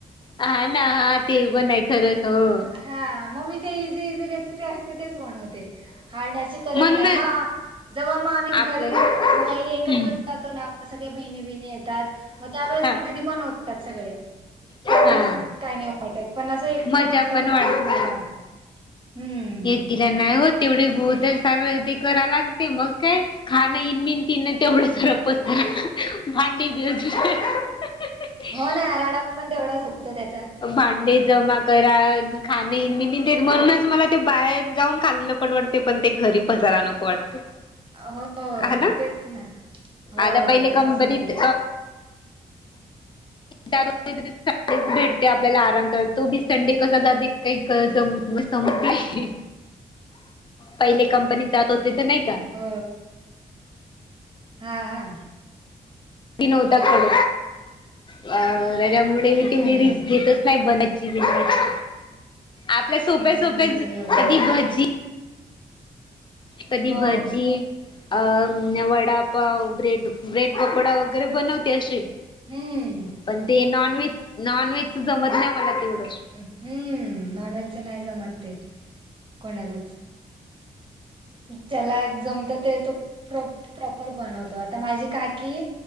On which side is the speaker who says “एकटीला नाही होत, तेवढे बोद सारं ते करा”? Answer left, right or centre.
Left